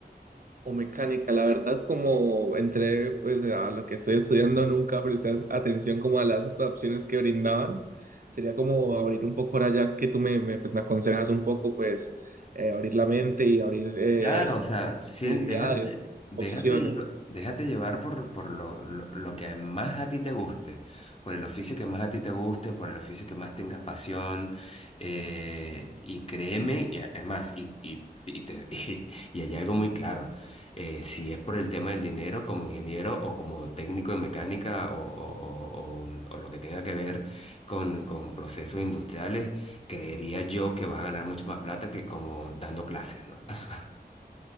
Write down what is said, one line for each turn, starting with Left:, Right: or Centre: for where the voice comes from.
Right: o mecánica, la verdad, como entré pues a lo que estoy estudiando, nunca presté atención como a las otras opciones que brindaban. Sería como abrir un poco ahora ya que tú me, me, pues, me aconsejas un poco, pues eh, abrir la mente y abrir eh,
Left: Claro, o sea, sien-
Right: posibilidades,
Left: Sí. déjate, déjate,
Right: opciones.
Left: lle- déjate llevar por, por lo, lo- lo que más a ti te guste, por el oficio que más a ti te guste, por el oficio que más tengas pasión, eh, y créeme, y a- es más, y, y, y, te- <laughs> y- y hay algo muy claro, eh, si es por el tema del dinero como ingeniero o como técnico en mecánica o, o- o- o- o lo que tenga que ver con, con procesos industriales, creería yo que vas a ganar mucho más plata que como dando clases, ¿no? <laughs>